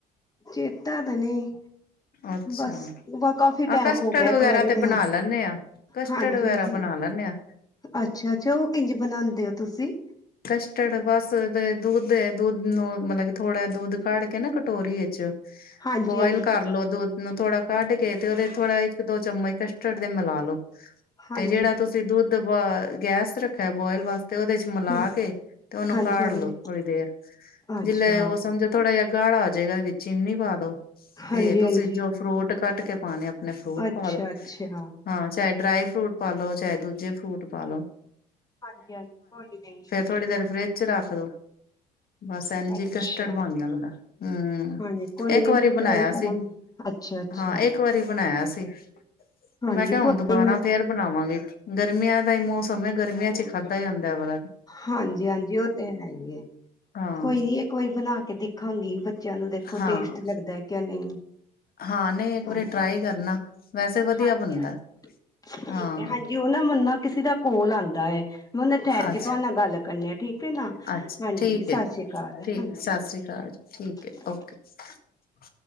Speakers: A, on the left; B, on the left.
A: ਚੇਤਾ ਤਾਂ ਨਹੀਂ
B: ਅੱਛਾ
A: ਬਸ ਕਾਫੀ
B: ਆਹ
A: ਟਾਈਮ
B: ਕਸਟਰਡ
A: ਹੋ ਗਿਆ
B: ਵਗੈਰਾ
A: ਇੱਕ ਵਾਰੀ
B: ਤੇ
A: ਬਣਾ
B: ਲੈਂਦੇ ਆ ਕਸਟਰਡ
A: ਹਾਂਜੀ
B: ਵਗੈਰਾ
A: ਹਾਂਜੀ
B: ਬਣਾ ਲੈਂਦੇ ਆ
A: ਅੱਛਾ ਅੱਛਾ ਉਹ ਕਿੰਝ ਬਣਾਂਦੇ ਹੋ ਤੁਸੀਂ
B: ਕਸ਼ਟਡ ਬਸ ਦੁੱਧ ਦੁੱਧ ਨੂੰ ਮਤਲਬ ਕੀ ਥੋੜਾ ਦੁੱਧ ਕਾਢ ਕੇ ਨਾ ਕਟੋਰੀ ਵਿਚ
A: ਹਾਂਜੀ
B: ਬੋਇਲ
A: ਹਾਂਜੀ
B: ਕਰ ਲੋ ਦੁੱਧ ਨੂੰ ਥੋੜਾ ਕੱਢ ਕੇ ਤੇ ਉਹਦੇ ਥੋੜਾ ਇੱਕ ਦੋ ਚਮਚ ਕਸਟਰਡ ਦੇ ਮਿਲਾ ਲੋ
A: ਹਾਂਜੀ
B: ਤੇ ਜਿਹੜਾ ਤੁਸੀਂ ਦੁੱਧ ਬ ਗੈਸ ਰੱਖਿਆ ਬੋਇਲ ਵਾਸਤੇ ਉਹਦੇ ਚ ਮਿਲਾ
A: ਹਮ,
B: ਤੇ ਉਹਨੂੰ
A: ਹਾਂਜੀ
B: ਕਾੜ
A: ਹਾਂਜੀ
B: ਲੋ ਥੋੜੀ ਦੇਰ
A: ਅੱਛਾ
B: ਜਿੰਨੇ ਉਹ ਸਮਝੋ ਥੋੜ੍ਹਾ ਜਿਹਾ ਗਾੜਾ ਹੋ ਜਾਏਗਾ ਵਿੱਚ ਚੀਨੀ ਪਾ ਦੋ
A: ਹਾਂਜੀ
B: ਤੇ ਤੁਸੀਂ
A: ਹਾਂਜੀ
B: ਜੋ ਫਰੂਟ ਕੱਟ ਕੱਟ ਕੇ ਪਾਣੇ ਆ ਫਰੂਟ
A: ਅੱਛਾ
B: ਪਾ ਦੋ
A: ਅੱਛਾ
B: ਹਾਂ ਚਾਹੇ ਡਰਾਈ ਫਰੂਟ ਪਾ ਲੋ ਚਾਹੇ ਦੂਜੇ ਫਰੂਟ ਪਾ ਲੋ
A: ਹਾਂਜੀ ਹਾਂਜੀ ਕੋਈ ਨਹੀਂ
B: ਥੋੜੀ ਦੇਰ ਫਰਿਜ ਚ ਰੱਖ ਦੋ ਬਸ ਇੰਜ
A: ਅੱਛਾ
B: ਹੀ ਕਸਟਰਡ ਬਣ ਜਾਂਦਾ ਹੂ
A: ਹਾਂਜੀ ਕੋਈ
B: ਇੱਕ
A: ਨੀ
B: ਵਾਰੀ
A: ਮੈਂ ਟਰਾਈ
B: ਬਣਾਇਆ
A: ਕਰਾਂਗੀ
B: ਸੀ
A: ਅੱਛਾ ਅੱਛਾ
B: ਹਾਂ ਇੱਕ ਵਾਰੀ ਬਣਾਇਆ ਹੈ ਸੀ ਤੇ
A: ਹਾਂਜੀ
B: ਮੈਂ ਕਿਹਾ
A: ਕੋਈ
B: ਹੁਣ ਦੁਬਾਰਾ
A: ਨੀ, ਮੈਂ
B: ਫੇਰ ਬਣਾਵਾਂਗੇ ਗਰਮੀਆਂ ਦਾ ਹੀ ਮੌਸਮ ਹੈ ਗਰਮੀਆਂ ਚ ਹੀ ਖਾਧਾ ਜਾਂਦਾ ਵਾਲਾ
A: ਹਾਂਜੀ ਹਾਂਜੀ ਉਹ ਤੇ ਹੈ ਹੀ ਹੈ
B: ਹਾਂ
A: ਕੋਈ ਨੀ ਇੱਕ ਵਾਰੀ ਬਣਾ ਕੇ ਦੇਖਾਂਗੀ ਬੱ ਬੱਚਿਆਂ ਨੂੰ ਦੇਖੋ
B: ਹਾਂ
A: ਟੇਸਟ ਲੱਗਦਾ ਕੇ ਨਹੀਂ
B: ਹਾਂ ਨਹੀਂ ਇੱਕ ਵਾਰੀ
A: ਹਾਂਜੀ
B: ਟਰਾਈ ਕਰਨਾ ਵੈਸੇ ਵਧੀਆ
A: ਹਾਂਜੀ
B: ਬਣਦਾ
A: ਹਾਂਜੀ
B: ਹਾਂ
A: ਠੀਕ ਆ ਹਾਂਜੀ ਉਹ ਨਾ ਮੈਨੂੰ ਨਾ ਕਿਸੇ ਦਾ ਕੋਲ ਆਂਦਾ ਹੈ ਹੂੰ ਉਹ ਠਹਿਰ
B: ਅੱਛਾ
A: ਕੇ ਤੁਹਾਨੂੰ ਨਾਲ ਗੱਲ ਕਰਨੀੇ ਆ ਠੀਕ ਹੈ ਨਾ
B: ਅੱਛਾ
A: ਹਾਂਜੀ
B: ਠੀਕ
A: ਸਤਿ
B: ਐ ਜੀ
A: ਸ਼੍ਰੀ ਅਕਾਲ
B: ਠੀਕ
A: ਹਾਂਜੀ
B: ਸਤਿ ਸ੍ਰੀ ਅਕਾਲ ਜੀ ਠੀਕ ਐ <unintelligible>